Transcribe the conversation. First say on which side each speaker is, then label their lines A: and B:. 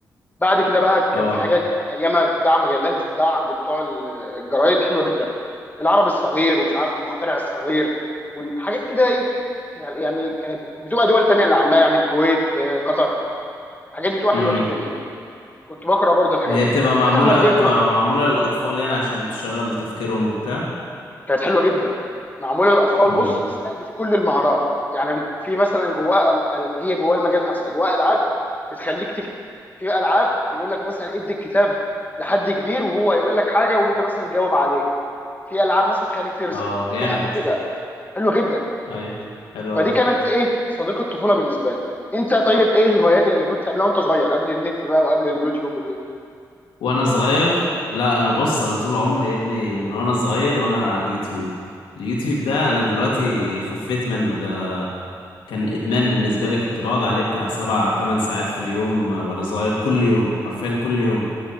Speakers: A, on the left; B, on the left.
A: بعد كده بقى كان
B: اه
A: في حاجات ايامها بتتباع مجلات بتتباع عند بتوع ال- الجرايد حلوه جدا العربي الصغير ومش عارف المخترع الصغير وحاجات كده ايه يعني يعني كانت بتبقى دول تانية اللي عاملاها يعني الكويت آه، قطر الحاجات دي بتبقى حلوه
B: امم
A: جدا يعني كنت بقرا برضو الحاجات
B: هي
A: دي
B: بتبقى معموله
A: بعد ما كبرت
B: بتبقى معموله للاطفال يعني عشان تشغل تفكيرهم وبتاع
A: كانت حلوه جدا معموله للاطفال
B: امم
A: بص بتستهدف كل المهارات يعني بت- في مثلا جواه أل- هي جواه المجال نفسه جواه العاب بتخليك تكتب في العاب يقول لك مثلا ادي الكتاب لحد كبير وهو هيقول لك حاجه وانت مثلا جاوب عليه في العاب مثلا تخليك ترسم
B: اه جامد
A: في أ- كده حلوه جدا
B: ايوه حلو
A: فدي
B: قوي
A: كانت ايه صديق الطفوله بالنسبه لي انت طيب ايه الهوايات اللي كنت بتعملها وانت صغير قبل النت بقى وقبل اليوتيوب وكده
B: وانا صغير لا انا بص انا طول عمري يا ابني من وانا صغير وانا على اليوتيوب اليوتيوب ده انا دلوقتي خفيت منه ده كان ادمان بالنسبه لي كنت بقعد عليه بتاع سبع تمن ساعات في اليوم آه، وانا صغير كل يوم حرفيا كل يوم